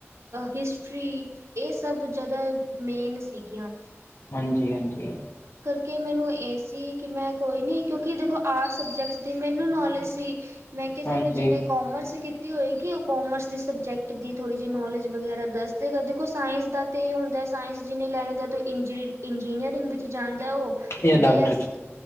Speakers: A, on the right; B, on the left.
A: ਹਿਸਟਰੀ ਇਹ ਸਭ ਜ਼ਿਆਦਾ ਮੇਨ ਸੀ ਗੀਆਂ
B: ਹਾਂਜੀ ਹਾਂਜੀ।
A: ਕਿ ਮੈਨੂੰ ਇਹ ਸੀ ਕਿ ਮੈਂ ਕੋਈ ਨੀ ਕਿਉਕਿ ਦੇਖੋ ਆਰਟਸ ਸਬਜੈਕਟਸ ਦੀ ਮੈਨੂੰ ਨੌਲੇਜ ਸੀ। ਮੈਂ ਕਿਹਾ
B: ਹਾਂਜੀ
A: ਫੇਰ ਜਿਹਨੇ ਕੋਮਰਸ। ਹੋਏਗੀ ਉਹ ਕੋਮਰਸ। ਸਬਜੈਕਟ ਦੀ ਥੋੜ੍ਹੀ ਜੀਹ ਨੌਲੇਜ ਵਗੈਰਾ ਦੱਸਦੇਗਾ ਦੇਖੋ ਸਾਇੰਸ ਦਾ ਤਾਂ ਇਹ ਹੁੰਦਾ ਸਾਇੰਸ ਜਿਹਨੇ ਲੈਨੈ ਦਾ ਤਾਂ ਇੰਜੀ ਇੰਜੀਨੀਅਰਿੰਗ ਵਿੱਚ ਜਾਂਦਾ ਉਹ
B: ਜਾਂ
A: ਬੀ
B: ਡਾਕਟਰ
A: ਐਸ
B: 'ਚ